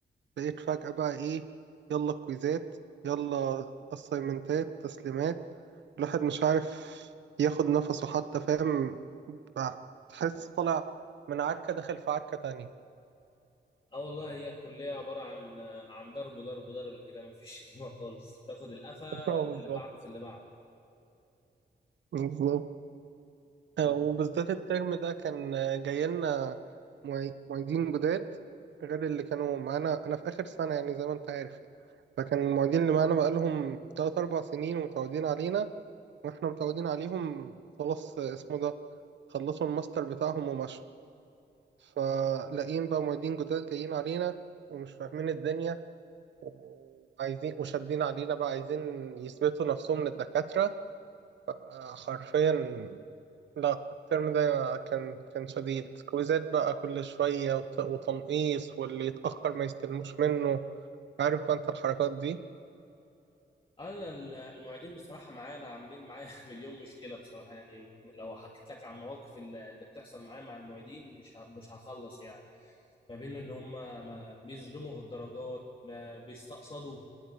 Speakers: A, on the right (about 80°); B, on the left (about 30°).
A: لقيت فجأة بقى إيه يلا كويزات يلا أسايمنتات تسليمات الواحد مش عارف ياخد نفسه حتى فاهم بقى تحس طالع من عركة داخل في عركة تانية
B: اه والله هي الكلية عبارة عن آه، عن ضرب ضرب ضرب كده مفيش <laughs> شتيمة خالص تاخد القفا
A: <laughs> اه
B: في
A: بالظبط
B: اللي بعده في اللي بعده
A: بالظبط آه،
B: طب
A: وبالذات الترم ده كان آه، جاي لنا معي- معيدين جداد غير اللي كانوا معانا أنا في آخر سنة يعني زي ما أنت عارف فكان المعيدين اللي معانا بقالهم تلات أربع سنين ومتعودين علينا واحنا متعودين عليهم خلاص آه، اسمه ده خلصوا الماستر بتاعهم ومشوا فلاقيين بقى معيدين جداد جايين علينا ومش فاهمين الدنيا وعايزين وشادين علينا بقى عايزين يثبتوا نفسهم للدكاترة آه، حرفيا لا الترم ده كان كان شديد كويزات بقى كل شوية وت- وتنقيص واللي يتأخر ما يستلموش منه عارف بقى انت الحركات دي
B: انا ال- المعيدين بصراحة معانا عاملين معايا <laughs> مليون مشكلة بصراحة يعني لو حكيت لك عن المواقف اللي اللي بتحصل معايا مع المعيدين مش ه- مش هخلص يعني ما بين ان هم ما بيظلموا في الدرجات ما بيستقصدوا